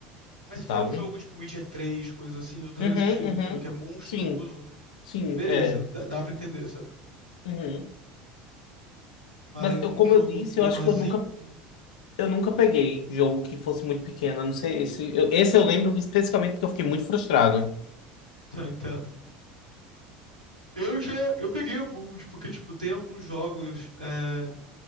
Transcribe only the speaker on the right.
Mas se
for um jogo tipo Witcher três coisa assim, eu tô pensando
nesse estilo,
entendeu? Que é monstruoso.
beleza,
dá, dá pra entender, sabe?
Mas
um
jogo
menorzinho,
hum,
tá, entendo. Eu já, eu peguei alguns, porque, tipo, tem alguns jogos é,